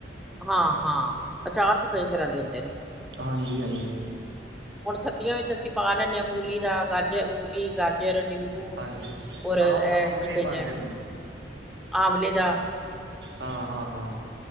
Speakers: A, in the centre; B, on the right (about 80°).
A: ਹਾਂ ਹਾਂ ਅਚਾਰ ਤੇ ਕਈ ਤਰ੍ਹਾਂ ਦੇ ਹੁੰਦੇ ਨੇ।
B: ਹਾਂਜੀ, ਹਾਂਜੀ।
A: ਹੁਣ ਸਰਦੀਆਂ ਵਿੱਚ ਅਸੀਂ ਪਾ ਲੈਂਦੇ ਹਾਂ ਮੂਲੀ ਦਾ ਗਾਜਰ ਮੂਲੀ ਗਾਜਰ ਨਿੰ ਨਿੰਬੂ
B: ਹਾਂਜੀ
A: ਔਰ ਇਹ
B: ਹਾਂ ਉਹ ਤਾਂ ਮੰਮੀ
A: ਕੀ
B: ਵੀ
A: ਕਹੀ
B: ਪਾਉਂਦੇ
A: ਦੈ ਆਮਲੇ ਦਾ।
B: ਹਾਂ, ਹਾਂ, ਹਾਂ